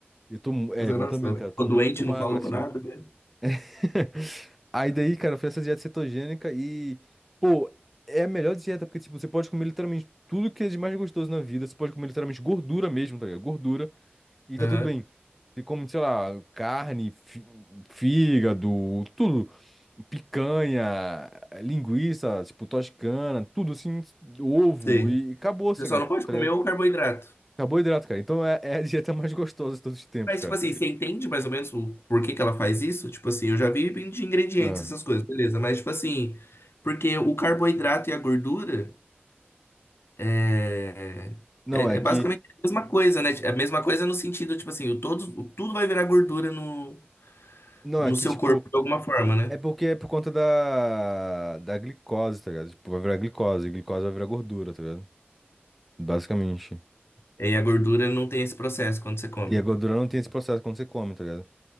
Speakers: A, in the centre; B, on the left.
A: eu tô, mu- é,
B: Nossa,
A: vão também, cara, eu tô
B: O doente
A: muito magro,
B: não falou
A: assim.
B: pra nada, né?
A: <laughs> Aí daí, cara, eu fiz essa dieta cetogênica e, pô, é a melhor dieta, porque, tipo, você pode comer literalmente tudo que é de mais gostoso na vida, você pode comer literalmente gordura mesmo, tá ligado? Gordura, e tá
B: Aham.
A: tudo bem. Você come, sei lá, carne, fi- fígado, tudo. picanha, linguiça, tipo, toscana, tudo assim, ovo
B: Sei.
A: e acabou, saca,
B: Você só não pode
A: tá
B: comer
A: ligado?
B: o carboidrato.
A: Acabou o hidrato, cara. Então é, é a dieta mais gostosa de todos os tempos,
B: Mas,
A: cara.
B: tipo assim, você entende mais ou menos o porquê que ela faz isso? Tipo assim, eu já vi de ingredientes
A: Ah.
B: essas coisas, beleza. Mas, tipo assim, porque o carboidrato e a gordura é,
A: Não,
B: é,
A: é
B: é
A: que.
B: basicamente a mesma coisa, né? É a mesma coisa no sentido, tipo assim, o todos, o tudo vai virar gordura no,
A: Não,
B: no
A: é que,
B: seu
A: tipo.
B: corpo de alguma forma, né?
A: É porque é por conta da, da glicose, tá ligado? Tipo, vai virar glicose, e glicose vai virar gordura, tá ligado? Basicamente.
B: E a gordura não tem esse processo quando você come.
A: E a gordura não tem esse processo quando você come, tá ligado?